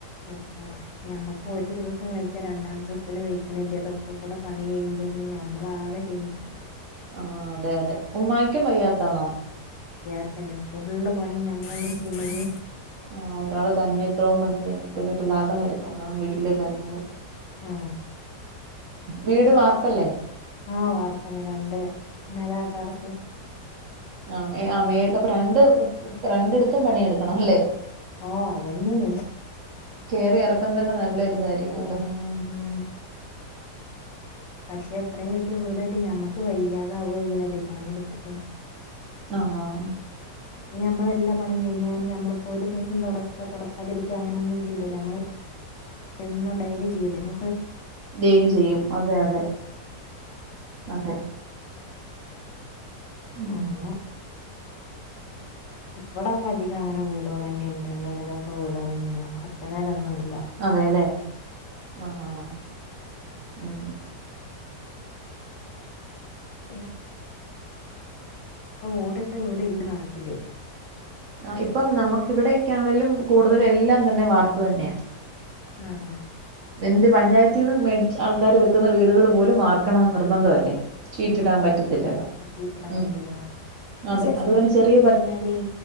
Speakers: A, on the left (about 85°); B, on the right (about 55°).
A: ഓ ഓ ഞമ്മക്ക് ഒരു ദിവസം വെ ജ രണ്ടാമത്തെ ദിവസത്തിന് വഴിക്കണില്ല ഇതൊക്കെ കൂടെ പണി കഴിയുമ്പോത്തിന് ഞമ്മളാകെ ക്ഷീണിക്കും.
B: ആ അതെ അതെ ഉമ്മാക്കും വയ്യാത്താണോ
A: ന്നെ ഫുള്ള് പണി ഞമ്മളല്ലേ ചെയുന്നത്
B: ആഹ് ഒരാള് തന്നെ ഇത്രയും പണി ചെയ്യുമ്പഴത്തക്കും പിള്ളേരുടെ കാര്യങ്ങൾ നോക്കണം വീട്ടിലെ കാര്യങ്ങങ്ങള്
A: ആ
B: വീട് വാർപ്പല്ലേ
A: ആഹ് വാർപ്പന്നെ രണ്ട് നില ട്ടറസ്
B: ആ ആ മേ അപ്പൊ രണ്ട് രണ്ടിടത്തും പണിയെടുക്കണം അല്ലേ
A: ഓ അതന്നെയണ
B: കയറി ഇറക്കൻ തന്നെ നല്ലരുതായിരിക്കും
A: ഉം
B: ഇട്ടോ
A: പക്ഷെ എത്രയും വലിയ വീടായിട്ട് ഞമ്മക്ക് വയ്യാതാവ വ്യണത് പണിയെടുത്തിട്ട്
B: ആഹ
A: പക്ഷെ നമ്മളെല്ലാ പണിയും കഴിഞ്ഞ കെ നമ്മളിപ്പോ ഒരു ദിവസം തുടക്ക തുടക്കാതിരിക്കുക അങ്ങനെ ഒന്നും ചെയ്ല്ലല്ല നമ്മ എന്നുണ്ടായില് ജീവില മു
B: ജയില് ചെയ്യും അതെ അതെ അതെ ഉം
A: അങ്ങനെ ഇവിടൊക്കെ അധികം അങ്ങനെ വീടുക തന്നെയാണ് രണ്ടു നേരംക്കെ വീട് തന്നെയല്ല ഒറ്റേരം ഒന്നുംല്ല
B: അതെല്ലേ ആഹ്ഹ ഉ
A: പി അപ്പൊ ഓടിട്ട വീട ഇല്ല നാട്ടില്
B: ആഹ് ഇപ്പം നമുക്ക് ഇവിടെക്കൊണെേലും കൂടുതൽ എല്ലാം തന്നെ വാർപ്പ് തന്നെയാണ്
A: ആഹ
B: എന്ത് പഞ്ചായത്തിൽ നിന്ന് മേടിച്ച ആൾക്കാര് വെക്കുന്ന വീടുകൾ പോലും വാർക്കണ നിർബന്ധമല്ലേ ചീറ്റിടാൻ
A: ഓ
B: പറ്റത്തില്ലല്ലോ
A: ശരിയാണ് ആ ഷീറ്റിടാൻ
B: ഉം
A: പറ്റൂല പക്ഷെ
B: അതെ
A: സീട്ടിട്ട്
B: അത് പിന്നെ ചെറിയ
A: കഴിഞ്ഞാല്
B: പ